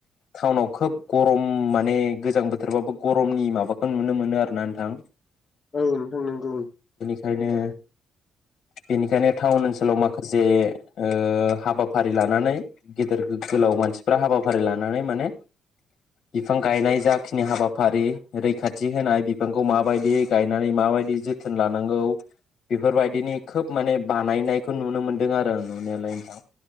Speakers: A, on the left (about 60°); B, on the left (about 35°).
A: टाउनाव खोब गरम माने गोजां बोथोरबाबो गरमनि माबाखौ नुनो मोनो आरो ना नोंथां।
B: औ नोंथां नंगौ।
A: खायनो बेनिखायनो टाउन ओनसोलाव माखासे ओ हाबाफारि लानानै गेदेर गोलाव मानसिफ्रा हाबाफारि लानानै माने बिफां गायनाय जाखिनि हाबाफारि रैखाथि होनाय बिफांखौ माबायदि गायनानै माबायदि जोथोन लानांगौ बेफोरबायदिनि खोब माने बानायनायखौ नुनो मोनदों आरो आं नुनायालाय नोंथां।